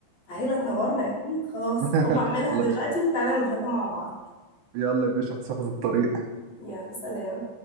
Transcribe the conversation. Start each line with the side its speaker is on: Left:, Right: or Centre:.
Left: تعالى تنورنا اكيد خلاص
Right: <laughs>
Left: هقوم اعملها
Right: والله
Left: دلوقتي وتعالى نتغدى مع بعض
Right: يلا يا باشا مسافة الطريق
Left: يلا سلام